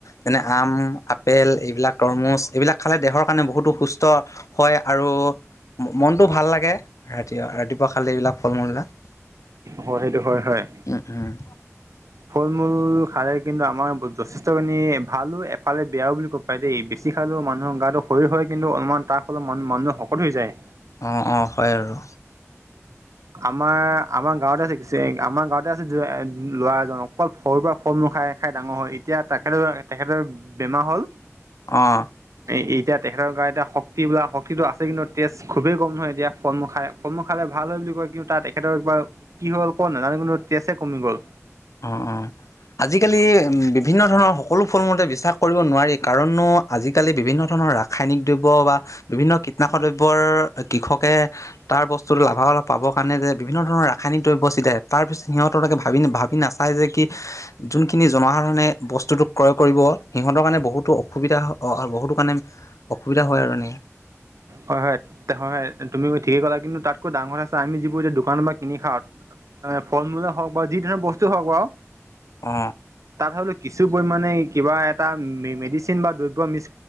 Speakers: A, on the left; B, on the right.
A: যেনে আম, আপেল এইবিলাক তৰমুজ, এইবিলাক, খালে দেহৰ কাৰণে বহুতো সুস্থ হয়। আৰু মনটো ভাল লাগে ৰাতি- ৰাতিপুৱা খালে এইবিলাক ফল মূলবিলাক।
B: হয়, সেইটো হয়- হয়।
A: উম- উম।
B: ফল- মূল খালে কিন্তু আমাৰ যথেষ্ট খিনি ভালো, এফালে বেয়াও বুলি ক'ব পাৰি দেই। বেছি খালেও মানুহৰ গাটো শৰীৰ হয়। কিন্তু অলপমান তাৰ ফলত মানুহ শকত হৈ যায়।
A: অ'- অ', হয় আৰু।
B: আমাৰ- আমাৰ গাঁৱতে আছে, আমাৰ গাঁৱতে আছে, ল'ৰা এজন অকল সৰুৰ পৰা ফল মূল খাই- খাই ডাঙৰ হ'ল। এতিয়া তেখেতৰ- তেখেতৰ বেমাৰ হ'ল।
A: অ'।
B: এই এতিয়া তেখেতৰ কাৰণে, এতিয়া শক্তি বোলা শক্তিটো আছে। কিন্তু তেজ খুবেই কম নহয় এতিয়া ফল মূল খাই। ফল- মূল খালে ভাল হয় বুলি কয়, কিন্তু তাত তেখেতৰ একবাৰে কি হ'ল কি নাজানো। কিন্তু তেজে কমি গ'ল।
A: অ', অ', আজিকালি বিভিন্ন ধৰণৰ সকলো ফল- মূলতে বিশ্বাস কৰিব নোৱাৰি। কাৰণনো আজিকালি বিভিন্ন ধৰণৰ ৰাসায়নিক দ্ৰব্য বা বিভিন্ন কীটনাশক দ্ৰব্যৰ কৃষক তাৰ বস্তু লাভা- লাভ পাবৰ কাৰণে যে বিভিন্ন ধৰণৰ ৰাসায়নিক দ্ৰব্য ছটিয়াই তাৰপিছত সিহঁতলোকে ভাবি নাচায় যে কি যোনখিনি জনসাধাৰণে বস্তুটো ক্ৰয় কৰিব। সিহঁতৰ কাৰণে বহুতো অসুবিধা বহুতো কাৰণে অসুবিধা হয় কাৰণে
B: হয়- হয়- হয়- হয়, তুমি ঠিকে কলা। কিন্তু তাতকৈ ডাঙৰ আছে, আমি যিবোৰ এতিয়া দোকানৰ পৰা কিনি খাও ফল- মূল হওক বা যি ধৰণৰ বস্তু হওক বা
A: অ।
B: তাত হলেও কিছু পৰিমাণে কিবা এটা মেডিচিন বা দ্ৰব্য মিছ